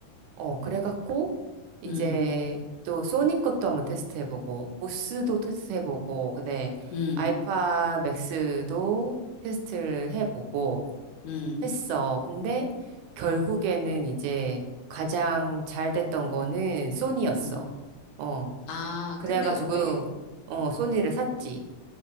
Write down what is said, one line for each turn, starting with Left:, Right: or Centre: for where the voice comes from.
Right: 어, 그래갖고, 이제
Left: 음,
Right: 또 소니 것도 한번 테스트해보고, 보스도 테스트해보고, 근데
Left: 음,
Right: 알파
Left: 음,
Right: 맥스도 테스트를 해보고
Left: 음,
Right: 했어. 근데 결국에는 이제 가장 잘 됐던 거는 소니였어.
Left: 음.
Right: 어,
Left: 아,
Right: 그래가지고,
Left: 근데 왜
Right: 어,
Left: 음,
Right: 소니를 샀지.